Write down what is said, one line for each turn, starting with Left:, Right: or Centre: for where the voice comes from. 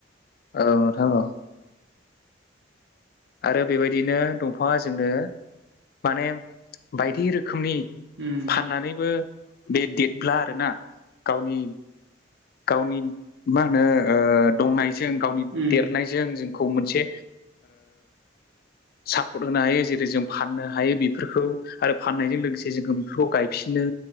Left: औ नोंथां औ आरो बेबायदिनो दंफाङा जोंनो माने बायदि रोखोमनि
Right: उम
Left: फाननानैबो बे देरब्ला आरोना गावनि गावनि मा होनो दंनाय जों गावनि
Right: उम
Left: देरनायजों जोंखौ मोनसे
Right: <inaudible>
Left: सापर्ट होनो हायो जेरै जों फाननो हायो बेफोरखौ आरो फाननायजों लोगोसे जोङो बेफोरखौ गायफिनो